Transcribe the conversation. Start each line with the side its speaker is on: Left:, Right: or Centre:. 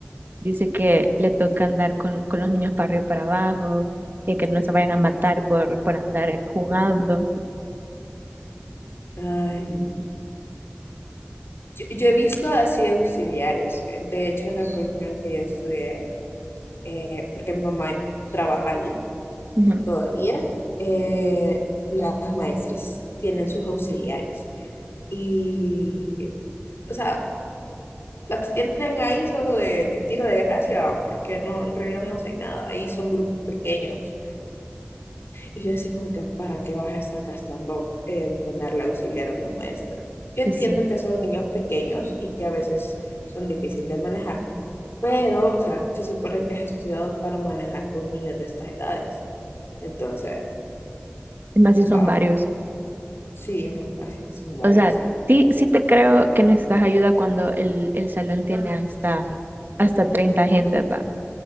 Right: Dice que le toca andar con, con los niños para arriba y para abajo y que no se vayan a matar por, por andar jugando.
Left: Ay, no. Yo, yo he visto así auxiliares. De hecho, en la colegio en el que yo estudié, eh, porque mi mamá trabaja ahí
Right: Ujú,
Left: todavía, eh, las maestras tienen sus auxiliares. Y, o sea, las tienen ahí solo de, de tiro de gracia, porque no, en realidad no hacen nada. Ahí son grupos pequeños. Y yo así como que, ¿para qué vas a estar gastando en ponerle auxiliar a una maestra? Yo
Right: Pues
Left: entiendo
Right: sí,
Left: que son niños pequeños y que a veces son difíciles de manejar, pero, o sea, se supone que has estudiado para manejar con niños de estas edades. Entonces,
Right: es más si son
Left: wow,
Right: varios.
Left: sí, ma- así son varias,
Right: O sea,
Left: sí.
Right: sí, sí te creo que necesitas ayuda cuando el, el salón tiene hasta, hasta 30 gente, ¿verdad?